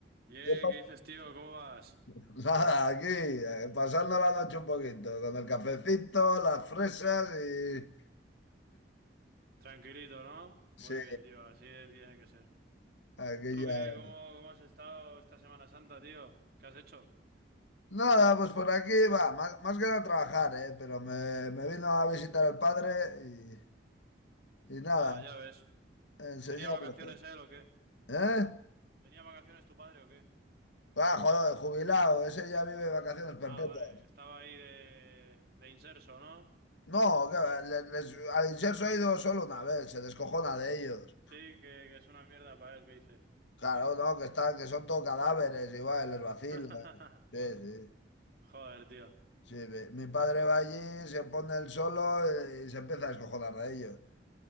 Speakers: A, on the right; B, on the left.
A: Yeah,
B: ¿Qué pasa?
A: ¿qué dices, tío? ¿Cómo vas?
B: <laughs> Nada, aquí, eh, pasando la noche un poquito, con el cafecito, las fresas y...
A: Tranquilito, ¿no? Muy
B: Sí,
A: bien, tío, así tiene que ser.
B: aquí
A: ¿Tú
B: ya...
A: qué? ¿Cómo, cómo has estado esta Semana Santa, tío? ¿Qué has hecho?
B: Nada, pues por aquí va, más, más que nada trabajar, ¿eh? Pero me, me vino a visitar el padre y, y nada,
A: Ah, ya ves.
B: enseñarle.
A: ¿Tenía vacaciones él o qué?
B: ¿Eh?
A: ¿Tenía vacaciones tu padre o qué?
B: Ah, joder, jubilado, ese ya vive vacaciones perpetuas.
A: Ah, vale, estaba ahí de, de inserso, ¿no?
B: No, que va, le- les, al inserso ha ido solo una vez, se descojona de ellos.
A: Sí, que, que es una mierda para él, ¿qué hice?
B: Claro, no, que están, que son todo cadáveres, igual, les vacilan.
A: <laughs>
B: Sí, sí.
A: Joder, tío.
B: Sí, mi, mi padre va allí, se pone el solo eh, y se empieza a escojonar de ellos. <laughs>